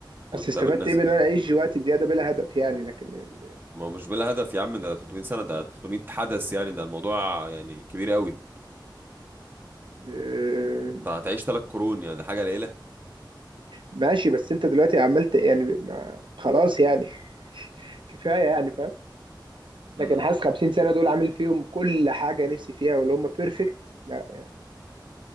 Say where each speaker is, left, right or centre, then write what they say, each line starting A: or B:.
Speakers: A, on the right (about 25°); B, on the right (about 85°).
A: وتقابل
B: بس استفدت
A: ناس
B: ايه بان
A: جديد
B: انا اعيش وقت زياده بلا هدف يعني لكن ال...
A: ما هو مش بلا هدف يا عم ده 300 سنة ده 300 حدث يعني ده الموضوع يعني كبير قوي
B: آه،
A: أنت هتعيش ثلاث قرون يعني دي حاجة قليلة
B: ماشي بس انت دلوقتي عملت يعني ما خلاص يعني <laughs> كفايه يعني فاهم لكن
A: امم
B: حاسس 50 سنه دول عامل فيهم كل حاجه نفسي فيها واللي هم بيرفكت لا يعني